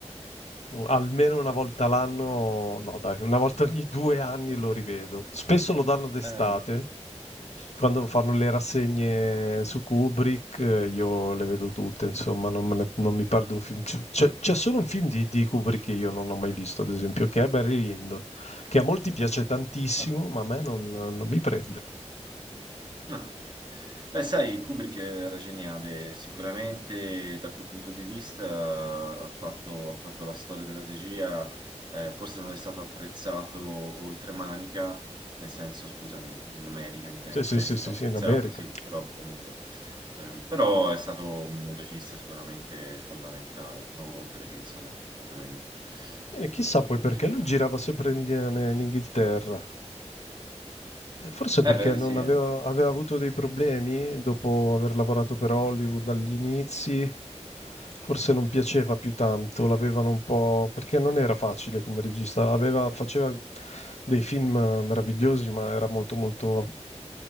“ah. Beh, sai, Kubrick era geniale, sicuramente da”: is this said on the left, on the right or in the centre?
Right